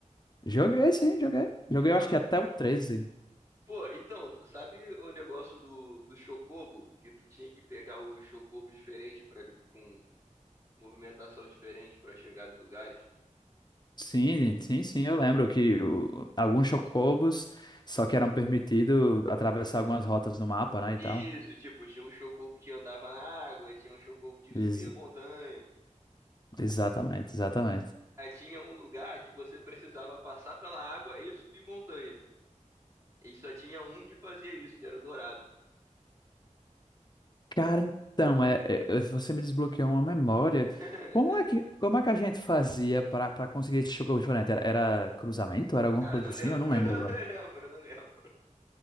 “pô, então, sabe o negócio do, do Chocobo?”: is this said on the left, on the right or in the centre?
Right